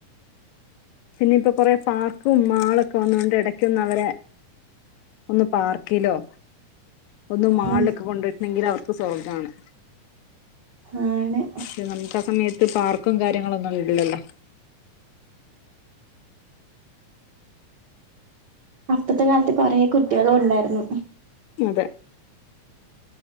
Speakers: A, on the left; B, on the right.
A: പിന്നെ ഇപ്പൊ കൊറേ പാർക്കും മളൊക്കെ വന്നോണ്ട് എടക്കൊന്നു അവരെ ഒന്ന് പാർക്കിലോ ഒന്ന് മാൾലൊക്കെ
B: ഉം
A: കൊണ്ടുപോയിട്ടുണ്ടങ്കിൽ അവർക്ക് സ്വർഗ്ഗമാണ്.
B: ആണ്.
A: പക്ഷെ നമുക്കാ സമയത്ത് പാർക്കും കാര്യങ്ങളൊന്നും ഇല്ലല്ലോ
B: അപ്പത്തെ കാലത്ത് കൊറെ കുട്ടികളും ഉണ്ടായിരുന്നു
A: അതെ